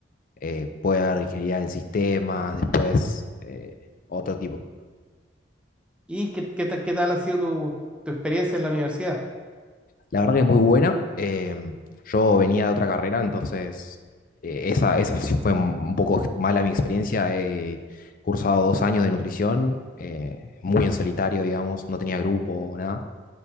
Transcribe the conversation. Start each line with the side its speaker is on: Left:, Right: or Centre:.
Left: eh, puede haber ingeniería en sistemas, después eh, otro tipo.
Centre: ¿Y qué, qué, ta- qué tal ha sido tu, tu experiencia en la universidad?
Left: La verdad que es muy buena. eh, yo venía de otra carrera, entonces eh, esa, esa sí fue un poco mala mi experiencia. He cursado dos años de nutrición, eh, muy en solitario, digamos, no tenía grupo o nada.